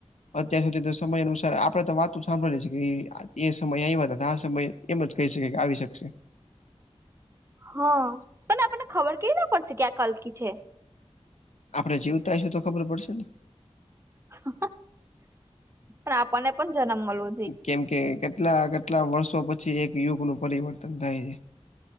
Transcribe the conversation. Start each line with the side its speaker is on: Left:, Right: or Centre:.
Left: અત્યાર સુધી તો સમય અનુસાર આપડે તો વાતું સાંભળી એ છે કે ઈ આ એ સમયે આયવા અતા, ત આ સમયે એમ જ કહી શકે કે આવી શકશે.
Right: હ, પણ આપણને ખબર કેવી રીત ના પડશે કે આ કલ્કિ છે?
Left: આપડે જીવતા હશું તો ખબર પડશે ને?
Right: હ, પણ આપણને પણ જન્મ મલવો
Left: કેમ કે કેટલાં-કેટલાં વર્ષો પછી એક યુગનું પરિવર્તન થાય છે.